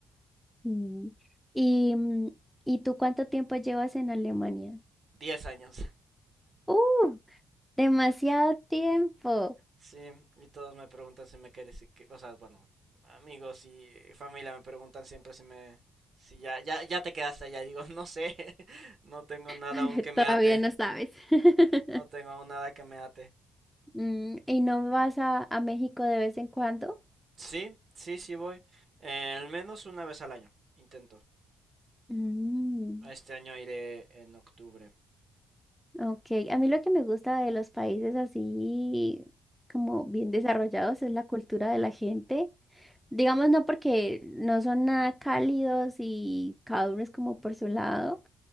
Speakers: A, in the centre; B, on the right.
A: Mm. ¿Y, mm, ¿y tú cuánto tiempo llevas en Alemania?
B: 10 años.
A: ¡Uh! Demasiado tiempo.
B: Sí, y todos me preguntan si me quieres, y que- o sea, bueno, amigos y familia me preguntan siempre si me, si ya, ya, ya te quedaste allá. Y Digo, no sé, <laughs> no tengo nada
A: <laughs>
B: aún que me
A: Todavía
B: ate,
A: no sabes. <laughs>
B: no tengo aún nada que me ate.
A: Mm, ¿y no vas a, a México de vez en cuando?
B: Sí, sí, sí voy, eh, al menos una vez al año, intento.
A: Mm.
B: Este año iré en octubre.
A: Ok, a mí lo que me gusta de los países así como bien desarrollados es la cultura de la gente. Digamos, no porque no son nada cálidos y cada uno es como por su lado,